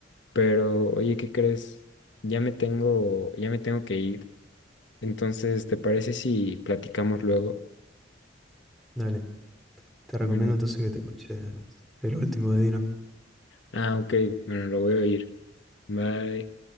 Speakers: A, on the left; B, in the centre.
A: Pero, oye, ¿qué crees? Ya me tengo, ya me tengo que ir. Entonces, ¿te parece si platicamos luego?
B: Dale. Te recomiendo
A: Bueno,
B: entonces que te escuches el último de Dillom.
A: ah, ok, bueno, lo voy a oír. Bye.